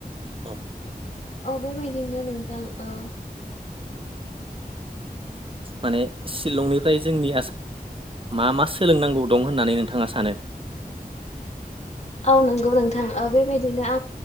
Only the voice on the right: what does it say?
बाव
माने शिलंनिफ्राय जोंनि नोंथाङा सानो